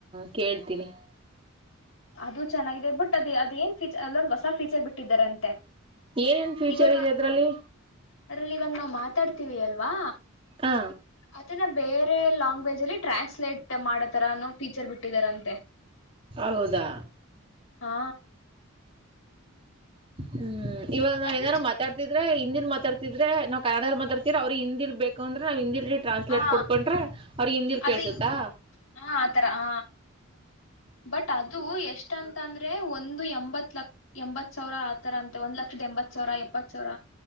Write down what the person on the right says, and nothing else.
ಹ ಕೇಳ್ತೀನಿ.
ಏನೇನ್ ಫ್ಯೂಚರ್
ಇದೆ ಅದ್ರಲ್ಲಿ
ಹ
ಹೌದಾ
ಹ್ಮ್ ಇವಾಗ್ ನಾವ್
ಏನಾರು ಮಾತಾಡ್ತಿದ್ರೆ ಹಿಂದಿ ಮಾತಾಡ್ತಿದ್ರೆ ನಾವ್ ಕನ್ನಡ್ದಲ್ ಮಾತಾಡ್ತಿದ್ರೆ ಅವ್ರ್ ಹಿಂದಿಲ್ ಬೇಕುಂದ್ರೆ ನಾವ್ ಹಿಂದಿ ಲಿ ಟ್ರಾನ್ಸ್ಲೇಟ್
ಕೊಡ್ಕೊಂಡ್ರೆ ಅವ್ರ್ ಗ್ ಹಿಂದಿಲ್
ಕೇಳ್ಸುತ್ತಾ?